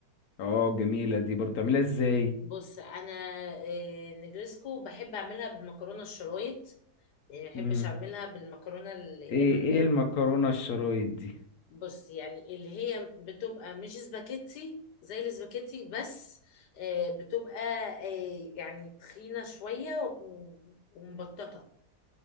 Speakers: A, on the left; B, on the left.
A: اه جميله دي برضو تعمليها ازاي
B: بص انا آه، نجريسكو بحب اعملها بمكرونه الشرايط يعني ما بحبش
A: مم.
B: اعملها بالمكرونه الاقلام
A: ايه
B: انا
A: ايه
B: بحب
A: المكرونه الشرايط دي
B: بص يعني اللي هي بتبقى مش سباكيتي زي السباكيتي بس آه، بتبقى آه، يعني تخينة شوية و- ومبططة